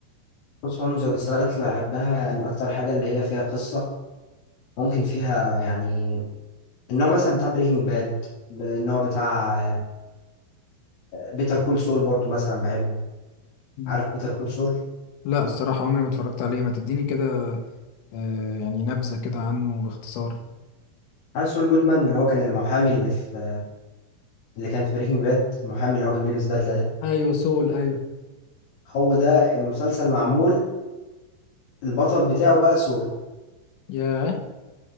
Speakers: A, on the left; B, on the left.
A: بص هو المسلسلات اللي بحبها يعني اكتر حاجه اللي هي فيها قصه ممكن فيها يعني النوع مثلا بتاع بريكنج باد النوع بتاع بيتر كول سول برضو مثلا بحبه
B: مم.
A: عارف بيتر كول سول
B: لا الصراحة عمري ما اتفرجت عليه ما تديني كده آه يعني نبذة كده عنه باختصار
A: عارف سول جودمان اللي هو كان المحامي اللي في اللي كان في بريكنج باد المحامي اللي هو كان بيلبس بدلة ده
B: ايوه سول ايوه
A: هو ده المسلسل معمول البطل بتاعه بقى سول
B: ياه